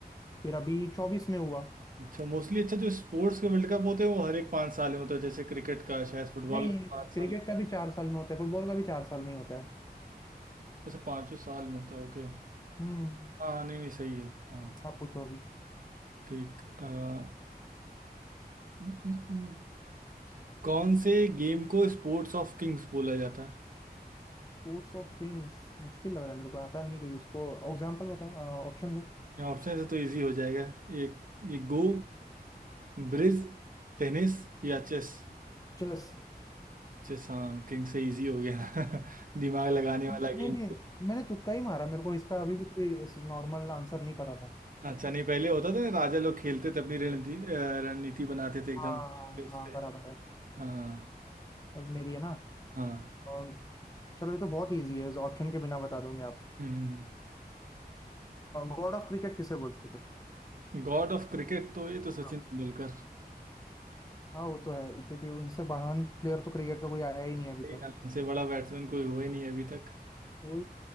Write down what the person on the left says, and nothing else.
फिर अभी 24 में हुआ
नहीं
क्रिकेट
का भी चार साल में होता है फुटबॉल का भी चार साल में ही होता है
हम्म
आप पूछो अभी
स्पोर्ट्स ऑफ किंग्स मुश्किल लग रहा है मेरे को आता नहीं है क्योंकि इसको एग्जांपल बताओ ऑप्शन दो
चेस
नहीं
नहीं मैंने तुक्का ही मारा मेरे को इसका अभी भी कोई नॉर्मल आंसर नहीं पता था
हाँ हाँ
हाँ, बराबर है
अब मेरी है ना
और चलो ये तो बहुत इजी है ऑप्शन के बिना बता दोगे आप
गॉड ऑफ क्रिकेट किसे बोलते थे
हाँ
हाँ वो तो है क्योंकि उनसे महान प्लेयर तो क्रिकेट का कोई आया ही नहीं अभी
तक
वो